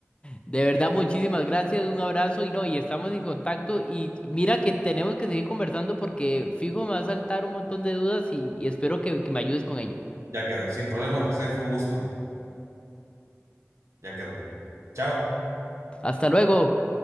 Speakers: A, on the left (about 20°); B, on the right (about 70°).
A: De verdad, muchísimas gracias, un abrazo y no, y estamos en contacto y mira que tenemos que seguir conversando porque fijo me va a saltar un montón de dudas y, y espero que que me ayudes con ello.
B: Ya quedó. Sin problema, José, fue un gusto. Ya quedó. Chao.
A: Hasta luego.